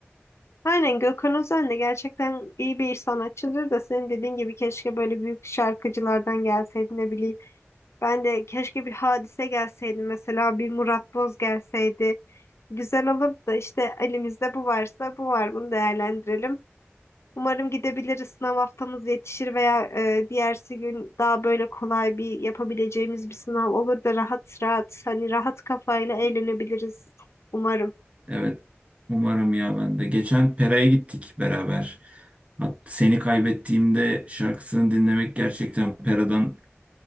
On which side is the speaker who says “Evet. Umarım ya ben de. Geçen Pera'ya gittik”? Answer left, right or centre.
Right